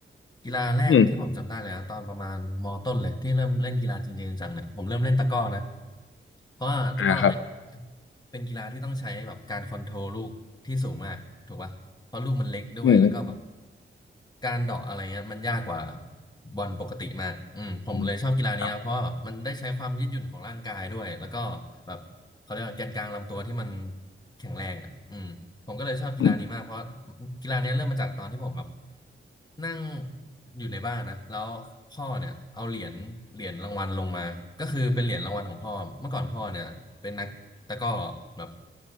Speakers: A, on the left (about 20°); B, on the left (about 75°).
A: กีฬาแรกที่ผมจำได้เลยนะตอนประมาณมต้นเลยที่เริ่มเล่นกีฬาจริงๆจังๆเนี่ยผมเริ่มเล่นตะกร้อนะ
B: อืม
A: เพราะว่าตะกร้อเนี่ย
B: อ่าครับ
A: เป็นกีฬาที่ต้องใช้แบบการคอนโทรลลูกที่สูงมากถูกป่ะเพราะลูกมันเล็กด้วยแล้วก็แบบ
B: อืม
A: การเดาะอะไรเงี้ยมันยากกว่าบอลปกติมากอืมผมเลยชอบกีฬานี้นะเพราะว่าแบบมันได้ใช้ความยืดหยุ่นของร่างกายด้วยแล้วก็แบบเขาเรียกว่าแกนกลางลำตัวที่มัน
B: อืมครับ
A: แข็งแรงอ่ะอืมผมก็เลยชอบกีฬานี้มากเพราะ
B: อืม
A: กีฬานี้เริ่มมาจากตอนที่ผมแบบนั่งอยู่ในบ้านนะแล้วพ่อเนี่ยเอาเหรียญเหรียญรางวัลลงมาก็คือเป็นเหรียญรางวัลของพ่อเมื่อก่อนพ่อเนี่ยเป็นนักตะกร้อแบบ